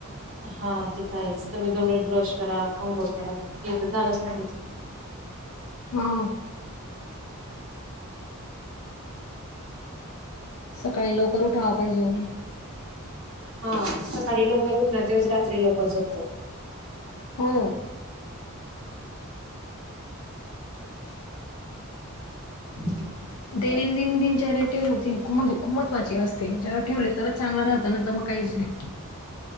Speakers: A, on the right (about 65°); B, on the left (about 70°).
A: हा ते तर आहेच तुम्ही दोन वेळ ब्रश करा अंघोळ करा हे तर झालंच नाही त्यांच्यात.
B: हा सकाळी लवकर उठावा पाहिजे.
A: हा सकाळी लवकर उठणार तेच रात्री लवकर झोपते.
B: हो <unintelligible>
A: <unintelligible>
B: दैनंदिन दिनचर्या ठेवण्याचे हेतू खूप महत्वाची असते जर ठेवली तरच चांगला राहते. त्यानंतर मग काहीच नाही.